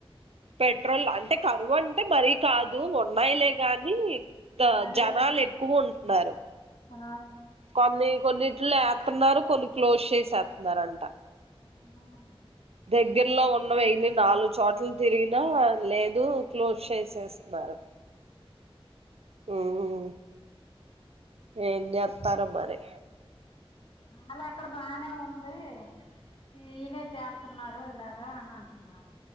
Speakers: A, on the right; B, on the left.
A: పెట్రోల్ అంటే కరువంటే మరీ కాదు ఉన్నాయిలే గానీ
B: అదే
A: జనాలు ఎక్కువ ఉంటున్నారు
B: ఆ
A: కొన్ని కొన్నింటిలో వేస్తూన్నారు కొన్ని క్లోజ్ చేసేస్తున్నారంట
B: ఆవున
A: దగ్గరలో ఉన్న వెళ్ళి నాలుగు చోట్లు తిరిగినా లేదు క్లోజ్ చేసేస్తున్నారు ఉ ఉ ఏన్ చేత్తరో మరి
B: అళ అక్కడ బానే ఉంది వీలే చేప్ప అన్నారు ఇలాగా అని అంటున్నారు